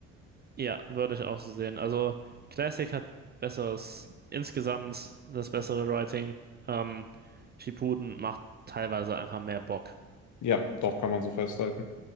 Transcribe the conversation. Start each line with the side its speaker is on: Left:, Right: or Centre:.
Right: Ja, würde ich auch so sehen. Also Classic hat besseres, insgesamt das bessere Writing. Ähm, Shippuden macht teilweise einfach mehr Bock.
Left: Ja, doch, kann man so festhalten.